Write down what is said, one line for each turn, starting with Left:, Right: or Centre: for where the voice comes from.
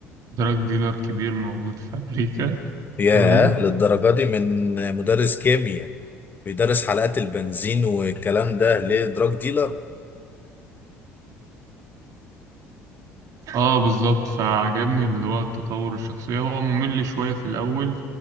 Right: دراج ديلر كبير موجود في أمريكا
Left: ياه
Right: تمام
Left: للدرجه دي من مدرس كيمياء بيدرس حلقات البنزين والكلام ده ليه دراج ديلر
Right: اه بالظبط فعجبني اللي هو التطور الشخصية هو ممل شوية في الأول